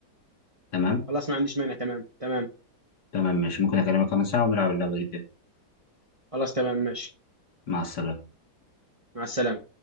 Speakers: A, on the left; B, on the right.
A: تمام
B: خلاص ما عنديش مانع تمام تمام
A: تمام ماشي ممكن اكلمك كمان ساعة ونلعب اللعبة دي تاني
B: خلاص تمام ماشي
A: مع السلامة
B: مع السلامة